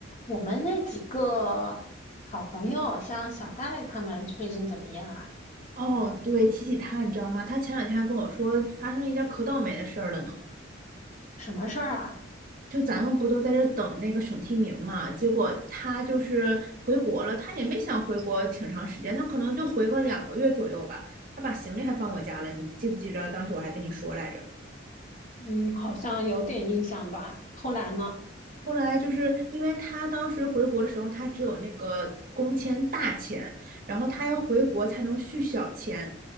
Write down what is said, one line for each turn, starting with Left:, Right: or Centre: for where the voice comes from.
Left: 我们那几个好朋友，像小戴他们最近怎么样啊？
Right: 哦，对，提起他，你知道吗？他前两天还跟我说发生一件可倒霉的事儿了呢。
Left: 什么事儿啊？
Right: 就咱们不都在这等那个省提名嘛？结果他就是回国了，他也没想回国挺长时间，他可能就回个两个月左右吧。他把行李还放我家了，你记不记着？当时我还跟你说来着。
Left: 嗯，好像有点印象吧。后来呢？
Right: 后来就是因为他当时回国的时候，他只有那个工签大签，然后他要回国才能续小签。